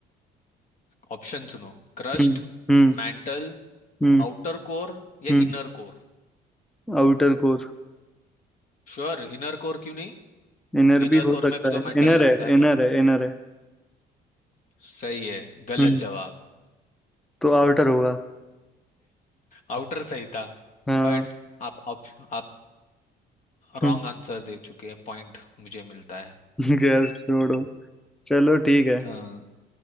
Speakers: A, on the left (about 50°); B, in the centre.
A: ऑप्शन सुनो क्रस्ट
B: हम्म हम्म
A: मैंटल
B: हम्म
A: आउटर कोर या
B: हम्म
A: inner core
B: Outer core
A: Sure inner core क्यों नहीं
B: इनर
A: इनर
B: भी हो
A: कोर
B: सकता
A: में भी तो
B: है
A: मेटल
B: इनर
A: लगता
B: है
A: है ना
B: इनर है इनर है
A: सही है गलत
B: हम्म
A: जवाब
B: तो आउटर होगा
A: आउटर सही था
B: हाँ
A: बट आप आप, आप रॉन्ग
B: हम्म
A: आंसर दे चुके हैं पॉइंट मुझे मिलता है
B: <laughs> गैस छोड़ो चलो ठीक है
A: हाँ